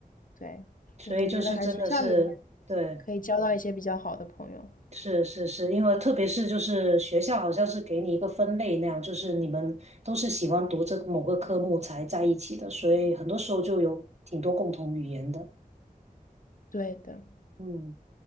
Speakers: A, on the left; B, on the right.
A: 对，
B: 所以就是真的是对，
A: 就是我觉得还是学校里面可以交到一些比较好的朋友。
B: 是是是，因为特别是就是学校好像是给你一个分类那样，就是你们都是喜欢读这某个科目才在一起的，所以很多时候就有挺多共同语言的，
A: 对的，
B: 嗯。